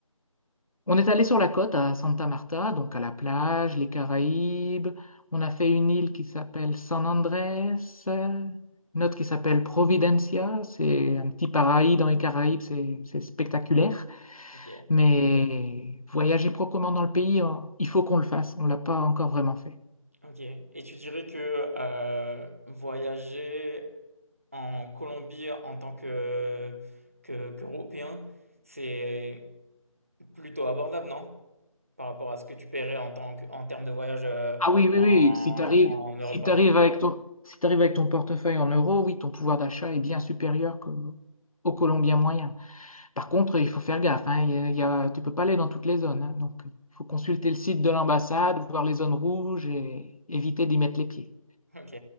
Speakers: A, on the left (about 80°); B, on the right (about 25°).
A: On est allé sur la côte à Santa Marta, donc à la plage, les Caraïbes. On a fait une île qui s'appelle San Andrés, euh, une autre qui s'appelle Providencia. C'est un petit paradis dans les Caraïbes, c'est c'est spectaculaire.
B: Ok.
A: Mais voyager proprement dans le pays, hein, il faut qu'on le fasse. On l'a pas encore vraiment fait.
B: Ok. Et tu dirais que euh, voyager en Colombie en tant que, que, qu'Européen, c'est plutôt abordable, non? Par rapport à ce que tu paierais en tant que, en termes de voyage euh,
A: Ah oui, oui,
B: en,
A: oui. Si tu arrives,
B: en Europe,
A: si
B: par
A: tu
B: exemple.
A: avec ton, si t'arrives avec ton portefeuille en euros, oui, ton pouvoir d'achat est bien supérieur qu'au au Colombien moyen. Par contre, il faut faire gaffe, hein, il y a- il y a- tu peux pas aller dans toutes les zones. hein. donc, il faut consulter le site de l'ambassade, voir les zones rouges et éviter d'y mettre les pieds.
B: OK.